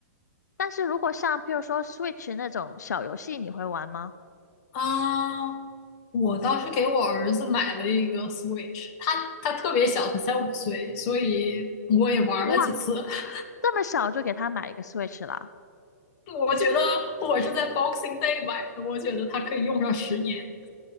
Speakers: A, on the left; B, on the left.
A: 但是如果像譬如说 Switch 那种小游戏，你会玩吗？
B: 啊。我倒是给我儿子买了一个 Switch，他他特别小，他才五岁，所以我也玩了几次。
A: 哇，
B: <laughs>
A: 这么小就给他买一个 Switch 了
B: 我觉得我是在 Boxing Day 买的，我觉得它可以用上十年。